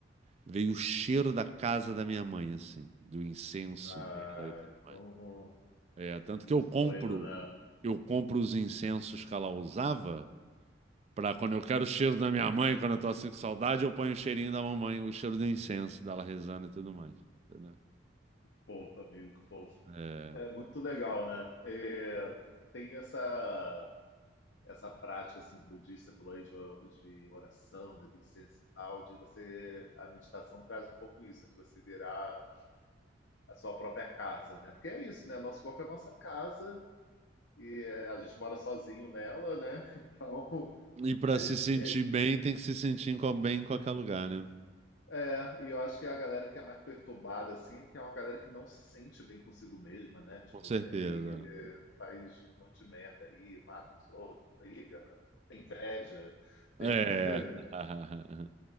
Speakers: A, on the right; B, on the left.
A: Veio o cheiro da casa da minha mãe, assim, do incenso
B: Ah,
A: dela e tudo
B: é.
A: mais.
B: Uhum.
A: É, tanto
B: Muito
A: que eu compro,
B: doido, né?
A: eu compro os incensos que ela usava para quando eu quero o cheiro da minha mãe, quando eu tô assim com saudade, eu ponho o cheirinho da mamãe, o cheiro do incenso dela rezando e tudo mais. Entendeu?
B: Que fofo, amigo, que fofo.
A: É.
B: É muito legal, né? É, tem essa, essa prática assim, budista, você falou aí de, o- de oração, né, de incenso e tal, de você. A meditação traz um pouco isso, né, de você virar a sua própria casa, né? Porque é isso, né? Nosso corpo é nossa casa e é, a gente mora sozinho nela, né? <laughs> Então.
A: E para
B: A
A: se
B: gente,
A: sentir
B: é,
A: bem, tem que se sentir em co- bem em qualquer lugar, né?
B: É, e eu acho que é a galera que é mais perturbada, assim, que é uma galera que não se sente bem consigo mesma, né? Tipo,
A: Com certeza.
B: e aí eh, faz um monte de merda aí, mata os outros, briga, tem inveja, tem.
A: É,
B: <laughs> né?
A: <laughs>